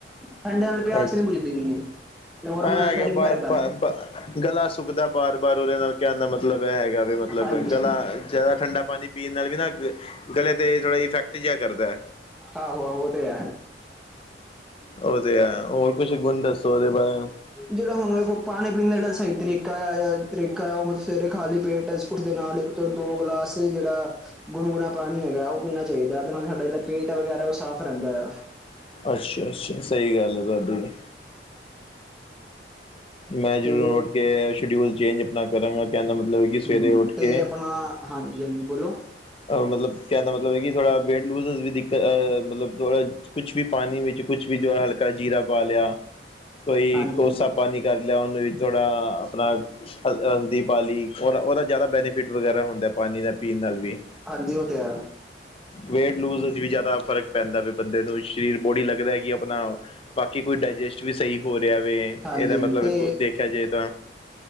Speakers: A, in the centre; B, on the left.
A: ਠੰਡਾ ਨਾਲ ਪਿਆਸ
B: ਐ
A: ਨਹੀਂ ਪੁੱਜਦੀ ਇੰਨੀ ਨੋਰਮ
B: ਹੈਗਾ
A: ਨਾਲ ਫਿਰ
B: ਬ
A: ਵੀ ਫ਼ਰਕ ਆ।
B: ਗਲਾ ਸੁੱਕਦਾ ਬਾਰ ਬਾਰ ਉਹਦੇ ਨਾਲ ਕਹਿ ਦਾ ਮਤਲਬ ਮਤਲਬ ਇਹ ਹੈਗਾ ਵੀ ਮਤਲਬ
A: ਹਾਂਜੀ
B: ਗਲਾ ਜ਼ਿਆਦਾ ਠੰਡਾ ਪਾਣੀ ਪੀਣ ਨਾਲ ਵੀ ਨਾ। ਗਲੇ 'ਤੇ ਥੋੜਾ ਇਫੈਕਟ ਜਿਹਾ ਕਰਦਾ ਹੈ।
A: ਆਹੋ ਹੋ ਤੇ ਹੈ।
B: ਉਹ ਤੇ ਹੈ ਹੋਰ ਕੁਛ ਗੁਣ ਦੱਸੋ ਉਹਦੇ ਬਾਰੇ।
A: ਜਿਹੜਾ ਹੁਣ ਵਖੋ ਪਾਣੀ ਪੀਣ ਦਾੜਾ ਸਹੀ ਤਰੀਕਾ ਆ ਤਰੀਕਾ ਆ ਉਹ ਸਵੇਰੇ ਖਾਲੀ ਪੇਟ ਬਿਸਕੁਟ ਦੇ ਨਾਲ। ਦੋ ਗਲਾਸ ਜਿਹੜਾ ਗੁਣ ਗੁਣਾ ਪਾਣੀ ਹੈਗਾ ਉਹ ਪੀਣਾ ਚਾਹੀਦਾ ਉਹਦੇ ਨਾਲ ਸਾਡਾ ਜਿਹੜਾ ਪੇਟ ਵਗੈਰਾ ਉਹ ਸਾਫ਼ ਰਹਿੰਦਾ ਹੈ।
B: ਅੱਛਾ ਅੱਛਾ ਸਹੀ ਗੱਲ ਹੈ ਤੁਹਾਡੀ। ਮੈਂ ਜ਼ਰੂਰ
A: ਤੇ
B: ਉੱਠ ਕੇ ਸ਼ਡਿਊਲ ਚੇਂਜ ਆਪਣਾ ਕਰਾਂਗਾ ਕਹਿੰਦਾ ਮਤਲਬ ਕਿ ਸਵੇਰੇ
A: ਹੂੰ
B: ਉੱਠ
A: ਤੇ
B: ਕੇ
A: ਆਪਣਾ ਹਾਂਜੀ ਹਾਂਜੀ ਬੋਲੋ।
B: ਮਤਲਬ ਕਿਆਦਾ ਮਤਲਬ ਹੈ ਕਿ ਥੋੜਾ ਵੇਟ ਲੂਜ ਵੀ ਦਿੱਕਤ ਮਤਲਬ ਥੋੜਾ ਕੁਛ ਵੀ ਪਾਣੀ ਵਿੱਚ ਕੁਛ ਵੀ ਜੋ ਹਲਕਾ ਜੀਰਾ ਪਾ ਲਿਆ ਕੋਈ
A: ਹਾਂਜੀ
B: ਕੋਸਾ
A: ਹਾਂਜੀ
B: ਵੀ ਕਰ ਲਿਆ ਉਹਨੂੰ ਵੀ ਥੋੜਾ ਆਪਣਾ ਹਲਦੀ ਪਾਲੀ ਉਹ ਉਹਦਾ ਜ਼ਿਆਦਾ ਬੈਨੀਫਿਟ ਵਗੈਰਾ ਹੁੰਦਾ ਪਾਣੀ ਦਾ। ਪੀਣ ਦੇ ਨਾਲ ਵੀ
A: ਹਾਂਜੀ ਉਹ ਤੇ ਹੈ
B: ਵੇਟ ਲੂਜ਼ ਵਿੱਚ ਵੀ ਜ਼ਿਆਦਾ ਫਰਕ ਪੈਂਦਾ ਵੀ ਬੰਦੇ ਨੂੰ ਸਰੀਰ ਬੋਡੀ ਲੱਗਦਾ ਕਿ ਆਪਣਾ ਬਾਕੀ ਕੋਈ ਡਾਇਜੈਸਟ ਵੀ ਸਹੀ ਹੋ ਰਿਹਾ ਵੇ
A: ਹਾਂਜੀ
B: ਇਹਦਾ ਮਤਲਬ
A: ਤੇ
B: ਦੇਖਿਆ ਜਾਏ ਤਾਂ